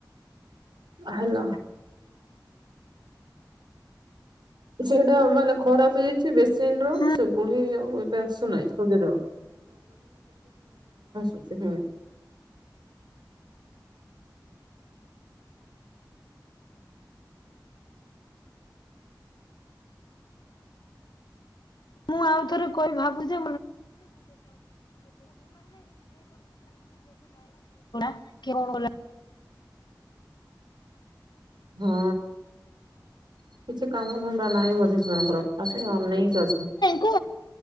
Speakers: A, on the right; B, on the left.
A: ହ୍ୟାଲୋ। ସେଇଟା ମାନେ ଖରାପ ହେ ଛି ବେସିନ ରୁ
B: ହୁଁ
A: ସେବେ ହିଁ ଆଉ ଏବେ ଆସୁନାହିଁ <unintelligible> <unintelligible>
B: ମୁଁ ଆଉ ଥରେ କହିବି ଭାବୁଛି <unintelligible> <unintelligible>
A: ହଁ କିଛି କାମ ଧନ୍ଦା ନାହିଁ ବୋଧେ ସେମାନଙ୍କର? ଆ ଖାଲି ଅନେଇକି ଅଛନ୍ତି।
B: କ